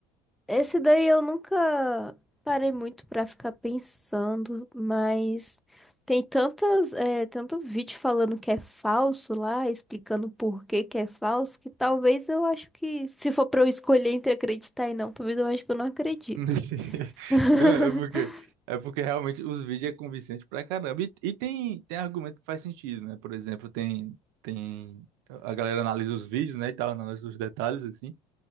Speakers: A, in the centre; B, on the right.
A: Esse daí eu nunca parei muito pra ficar pensando, mas tem tantas, é, tanto vídeo falando que é falso lá, explicando por que que é falso, que talvez eu acho que, se for pra eu escolher entre acreditar e não, talvez eu acho que eu não acredito.
B: <laughs>
A: <laughs>
B: Não, é porque, é porque realmente os vídeos é convincente pra caramba. E, e tem, tem argumento que faz sentido, né? Por exemplo, tem, tem a galera analisa os vídeos, né, e tal, analisa os detalhes, assim,